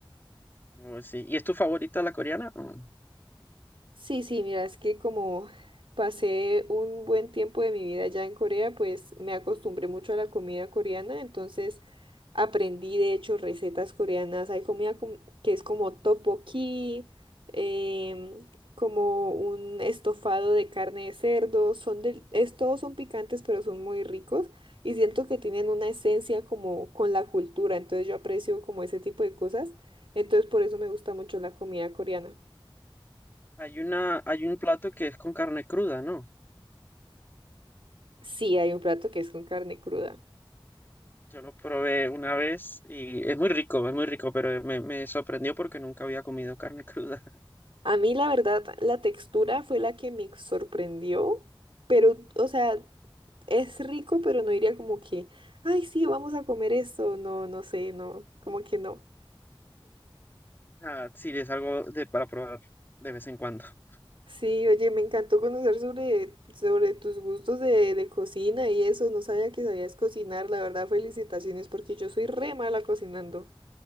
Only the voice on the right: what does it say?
Sí, sí, mira, es que como pasé un buen tiempo de mi vida allá en Corea, pues me acostumbré mucho a la comida coreana, entonces aprendí de hecho recetas coreanas. Hay comida com- que es como tteokbokki, em, como un estofado de carne de cerdo, son del, es, todos son picantes, pero son muy ricos y siento que tienen una esencia como con la cultura, entonces yo aprecio como ese tipo de cosas, entonces por eso me gusta mucho la comida coreana.
Sí, hay un plato que es con carne cruda.
A mí, la verdad, la textura fue la que me sorprendió, pero, o sea, es rico, pero no diría como que, ay, sí, vamos a comer esto. No, no sé, no, como que no.
Sí, oye, me encantó conocer sobre, sobre tus gustos de, de cocina y eso. No sabía que sabías cocinar, la verdad, felicitaciones, porque yo soy re mala cocinando.